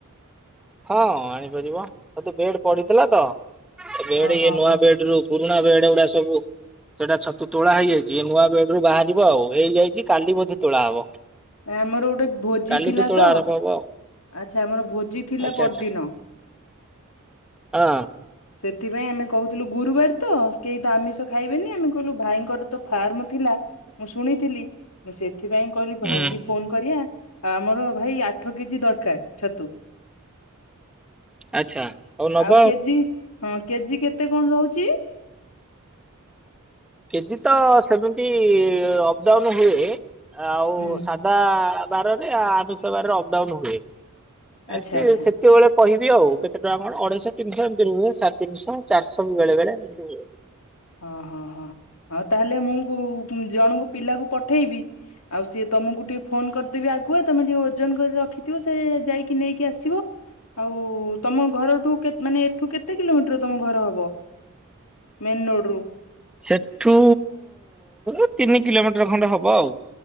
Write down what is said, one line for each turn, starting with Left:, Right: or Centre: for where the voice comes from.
Centre: ହଁ ଆଣିପାରିବ ଛତୁ ବେଡ ପଡିଥିଲା ତ ବେଡରୁ
Left: ଓହୋ
Centre: ଇଏ ନୂଆ
Left: ହୋ
Centre: ବେଡ ରୁ ପୁରୁଣା ବେଡ ଗୁଡା ସବୁ ସେଇଟା ଛତୁ ତୋଳା ହେଇଯାଇଛି ନୂଆ ବେଡରୁୁ ବାହାରିବ ଆଉ ହେଇଯାଇଛି କାଲି ବୋଧେ ତୋଳା ହବ।
Left: ଆମର ଗୋଟେ ଭୋଜି
Centre: କାଲିଠୁ
Left: ଥିଲା
Centre: ତୋଳା
Left: ତ
Centre: ଆରମ୍ଭ ହବ ଆଉ
Left: ଆଚ୍ଛା ଆମର ଭୋଜି ଥିଲା
Centre: ଆଚ୍ଛା
Left: ପରଦିନ।
Centre: ଆଚ୍ଛା ହଁ।
Left: ସେଥିପାଇଁ ଆମେ କହୁଥିଲୁ ଗୁରୁବାର ତ କେହି ତ ଆମିଷ ଖାଇବେନି ଆମେ କହିଲୁ ଭାଇଙ୍କର ତ ଫାର୍ମ ଥିଲା ମୁଁ ଶୁଣିଥିଲି ମୁଁ ସେଥିପାଇଁ କହିଲି ଭାଇଙ୍କି
Centre: ହୁଁ।
Left: ଫୋନ କରିବା ଆମର ଭାଇ ଆଠକେଜି ଦରକାର ଛତୁ।
Centre: ଆଚ୍ଛା ହଉ ନବ
Left: ଆଉ କେଜି ହଁ କେଜି କେତେ କଣ ରହୁଛି?
Centre: କେଜି ତ ସେମିତି ଅପଡାଉନ ହୁଏ ଆଉ
Left: ହୁଁ
Centre: ବା ବାରରେ ଆନୁଷ ବାରରେ ଅପଡାଉନ ହୁଏ
Left: ଆଚ୍ଛା
Centre: ସେତେବେଳେ
Left: ଆଚ୍ଛା
Centre: କହିବି ଆଉ କେତେ ଟଙ୍କା କଣ ଅଢେଇଶହ ତିନିଶହ ଏମତି ରୁହେ ସାଢ଼େ ତିିନି ଶହ ଚାରିଶହ ବେଳେ ବେଳେ ଏମିତି ରୁହେ।
Left: ଓଁ ହଁ ହଁ। ଆଉ ତାହେଲେ ମୁଁ ଜଣଙ୍କୁ ପିଲାକୁ ପଠେଇବି ଆଉ ସିଏ ତମକୁ ଟିକେ ଫୋନ କରିଦେବି ଆଗୁଆ ତମେ ଟିକେ ଓଜନ କରି ରଖିଥିବ ସେ ଯାଇକି ନେଇକି ଆସିବ। ଆଉ ତମ ଘରଠୁ ମାନେ ଏଠୁ କେତେ କିଲୋମିଟର ତମ ଘର ହବ? ମେନ୍ ରୋଡ଼ ରୁ
Centre: ସେଠୁ ଏ ତିନି କିଲୋମିଟର ଖଣ୍ଡେ ହବ ଆଉ